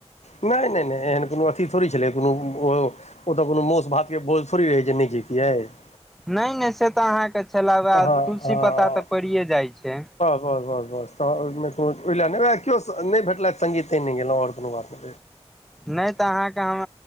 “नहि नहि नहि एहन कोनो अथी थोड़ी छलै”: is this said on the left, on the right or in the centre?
Left